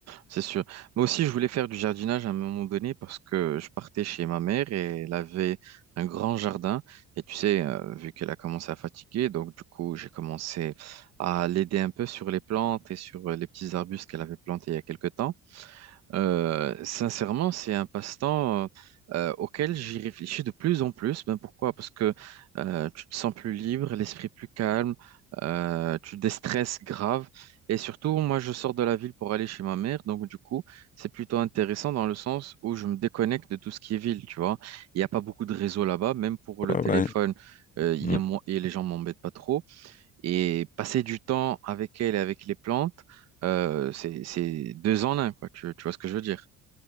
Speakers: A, on the right (about 55°); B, on the left (about 25°).
A: C'est sûr. Moi aussi, je voulais faire du jardinage à un moment donné parce que je partais chez ma mère et elle avait un grand jardin. Et tu sais, euh, vu qu'elle a commencé à fatiguer, donc du coup, j'ai commencé à l'aider un peu sur les plantes et sur euh, les petits arbustes qu'elle avait plantés il y a quelque temps. Euh, sincèrement, c'est un passe-temps euh, euh, auquel j'y réfléchis de plus en plus. Ben pourquoi? Parce que euh, tu te sens plus libre, l'esprit plus calme, euh, tu déstresses grave. Et surtout, moi, je sors de la ville pour aller chez ma mère. Donc, du coup, c'est plutôt intéressant dans le sens où je me déconnecte de tout ce qui est ville, tu vois. Il n'y a pas beaucoup de réseaux là-bas. Même pour le
B: Ouais,
A: téléphone,
B: ouais.
A: euh, il
B: Hmm.
A: y a mo- et les gens m'embêtent pas trop. Et passer du temps avec elle et avec les plantes, euh, c'est, c'est deux en un, quoi. Tu, tu vois ce que je veux dire?